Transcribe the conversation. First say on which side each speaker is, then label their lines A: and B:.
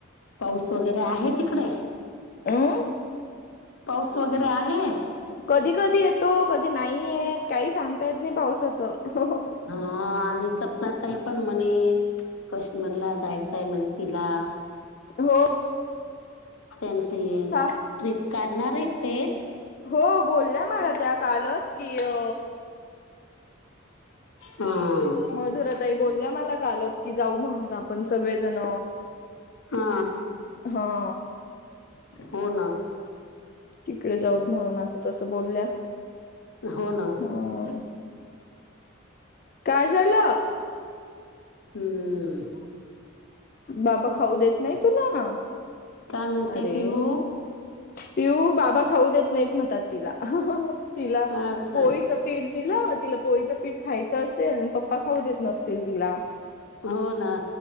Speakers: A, on the left; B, on the left.
A: पाऊस वगैरे आहे तिकडे
B: अ
A: पाऊस वगैरे आहे.
B: कधी कधी येतो कधी नाही येत काही सांगता येत नाही पावसाचं हो हो.
A: हा आ आणि सपना ताई पण म्हणे कश्मीरला जायचंय हाय म्हणे तिला.
B: हो.
A: त्यांची
B: सा
A: ट्रिप काढणार आहेत ते.
B: हो बोलल्या मला त्या कालच की अ.
A: हम्म.
B: मधुरा ताई बोलल्या मला कालच की जाऊ म्हणून आपण सगळेजण.
A: हा.
B: हा.
A: हो ना.
B: तिकडे जाऊच म्हणून असं तसं बोलल्या.
A: हो ना.
B: ह्म्म. काय झाल.
A: हम्म.
B: बाबा खाऊ देेत. नाही तुला
A: काय म्हणते
B: आरे.
A: पिहू
B: पिहू बाबा खाऊ देत नाहीत म्हणतात तिला अं हं हं तिला
A: अस
B: पोळीचं पीठ. तिला तिला पोळीचं पीठ खायचं असेल. पप्पा खाऊ देत नसतील हिला
A: हो ना